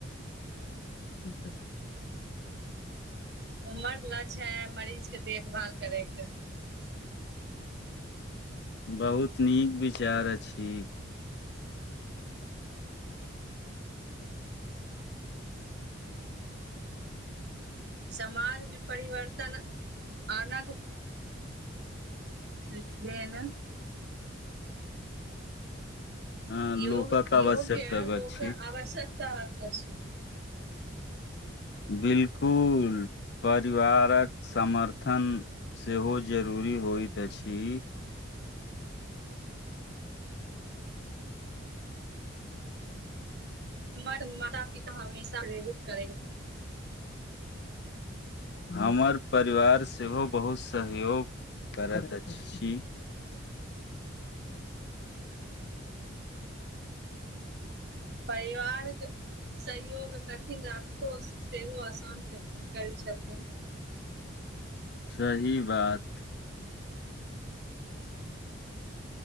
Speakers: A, on the left; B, on the right.
A: ठीक अइ।
B: हमर लक्ष्य हे मरीजके देखभाल करैके।
A: बहुत नीक विचार अछि।
B: समाज मे परिवर्तन आनक- रित्वेन।
A: हँ
B: योग
A: लोकक आवश्यकता
B: योग्य लोक
A: अछि
B: आवश्यक। तात अछि।
A: बिल्कुल परिवारक समर्थन। सेहो जरूरी होइत अछि।
B: हमर माता पिता हमेशा प्रेरित करेै।
A: हमर परिवार सेहो बहुत सहयोग करत अछि।
B: परिवार के- सहयोग कठिन आ ठोस सेहो असान करै छथिन।
A: सही बात।